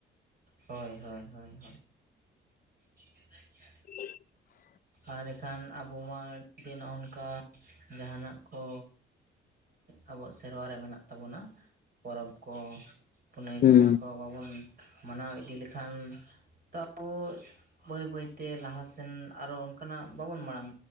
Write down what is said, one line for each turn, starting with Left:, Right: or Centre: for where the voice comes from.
Right: ᱦᱳᱭ ᱦᱳᱭ ᱦᱳᱭ, ᱪᱤᱱ ᱫ <unintelligible>
Left: ᱦ <inaudible>
Right: ᱟᱨ ᱮᱱᱠᱷᱟᱱ ᱟᱵᱚ ᱢᱟ <unintelligible> ᱡᱩᱫᱤ ᱱᱚᱜᱝᱠᱟ ᱡᱟᱦᱟᱱᱟᱜ ᱠᱚ ᱟᱵᱚᱣᱟᱜ ᱥᱮᱨᱣᱟ ᱨᱮ ᱢᱮᱱᱟᱜ ᱛᱟᱵᱚᱱᱟ, ᱯᱚᱨᱚᱵᱽ ᱠᱚ, ᱯᱩᱱᱟᱹᱭ
Left: ᱦᱩᱸ
Right: ᱠᱚ ᱱᱚᱣᱟ ᱠᱚ, ᱵᱟᱵᱚᱱ ᱢᱟᱱᱟᱣ ᱤᱫᱤ ᱞᱮᱠᱷᱟᱱ ᱛᱚ ᱟᱵᱳ ᱵᱟᱹᱭ ᱵᱟᱹᱭᱛᱮ ᱞᱟᱦᱟ ᱥᱮᱱ ᱟᱨᱚ ᱚᱱᱠᱟᱱᱟᱜ ᱵᱟᱵᱚᱱ ᱢᱟᱲᱟᱝ